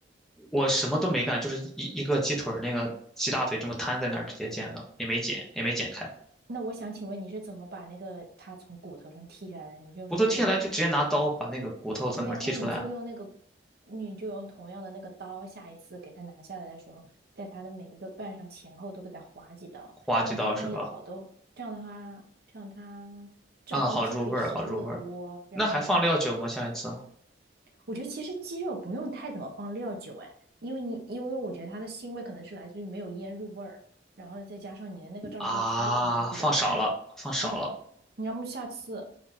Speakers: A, in the centre; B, on the right (about 55°).
A: 我什么都没干，就是一一个鸡腿儿那个鸡大腿这么摊在那儿直接煎的，也没剪，也没剪开，
B: 那我想请问你是怎么把那个它从骨头上剔下来你就用什么工？
A: 骨头剔下来就直接拿刀把那个骨头从里面剔出来，
B: 对呀，那你就用那个，你就用同样的那个刀，下一次给它拿下来的时候，在它的每一个瓣上前后都给它划几刀，
A: 划几刀是吧？
B: 这样子的话它也好多，这样的话，这样它照烧汁可以吸收的多，
A: 嗯，好入味儿，好入味儿。
B: 然后呢，
A: 那还放料酒吗？下一次
B: 我觉得其实鸡肉不用太怎么放料酒哎，因为你因为我觉得它的腥味可能是来自于没有腌入味儿，然后再加上你的那个照烧汁可能比较淡，
A: 啊，放少了，放少了
B: 嗯，你要么下次